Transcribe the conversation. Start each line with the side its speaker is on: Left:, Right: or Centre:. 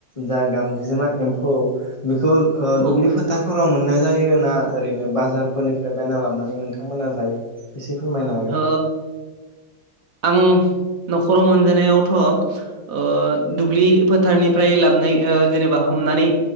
Left: जा गांजेमा एम्फौ बेखौ
Right: औ
Left: दुब्लि फोथारफोराव मोननाय जायो ना ओरैनो बाजारफोरनिफ्राय बायना लाबोनानै नोंथांमोना जायो एसे फोरमायनो हागोन।
Right: ओ आं। न'खराव मोनजानायावथ' अ‌ दुब्लि फोथारनिफ्राय लाबोनाय जेनेबा हम नानै